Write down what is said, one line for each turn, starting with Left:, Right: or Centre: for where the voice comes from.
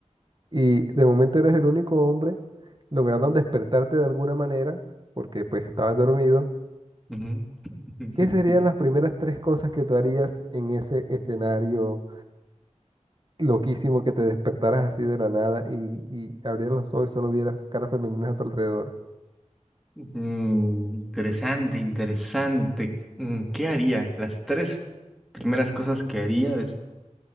Right: Y de momento eres el único hombre, lograron despertarte de alguna manera, porque pues estabas dormido.
Centre: Ujú. <laughs>
Right: ¿Qué serían las primeras tres cosas que tú harías en ese escenario loquísimo que te despertaras así de la nada y, y abrieras los ojos y solo vieras caras femeninas a tu alrededor?
Centre: Mm, interesante, interesante. Mm, ¿Qué haría? Las tres primeras cosas que haría. des-